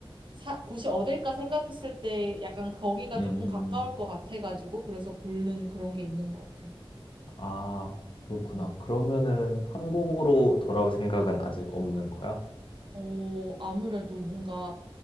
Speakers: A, on the right (about 60°); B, on the left (about 65°).
A: 사, 곳이 어딜까 생각했을 때 약간 거기가
B: 음.
A: 조금 가까울 것 같아가지고 그래서 고른 그런 게 있는 것 같아.
B: 아, 그렇구나.
A: 음.
B: 그러면은 한국으로 돌아올 생각은 아직 없는 거야?
A: 어, 아무래도 뭔가